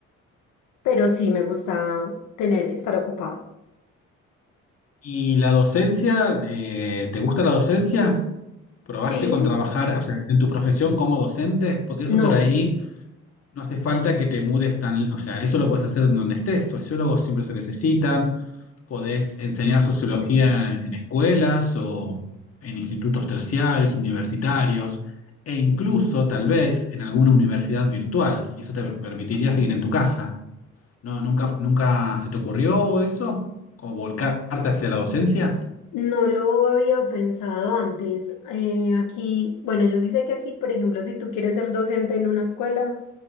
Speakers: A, on the left (about 85°); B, on the left (about 50°).
A: Pero sí me gusta tener, estar ocupada.
B: ¿Y la docencia, eh, te gusta la docencia? ¿Probaste
A: Sí,
B: con trabajar, o sea, en tu profesión como docente? Porque eso
A: no,
B: por ahí No hace falta que te mudes tan, o sea, eso lo puedes hacer en donde estés. Sociólogos siempre se necesitan, podés enseñar sociología en escuelas o en institutos terciarios, universitarios, e incluso tal vez en alguna universidad virtual, y eso te permitiría seguir en tu casa. No, nunca, nunca se te ocurrió eso, como volcarte hacia la docencia.
A: no lo había pensado antes. Eh, aquí, bueno, yo sí sé que aquí, por ejemplo, si tú quieres ser docente en una escuela,